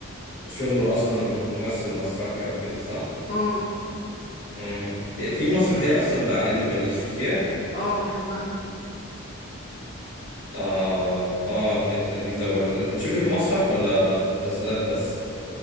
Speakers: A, on the left; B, on the left.
A: شغله أصلا ممثل مسرحي أو كده صح؟
B: اه
A: مم. في مسرحية أصلا لعائلة ونيس شفتيها؟
B: اه بحبها
A: آه آه كانت لذيذة برضه أنت بتشوفي مسرح ولا مسلسلات بس؟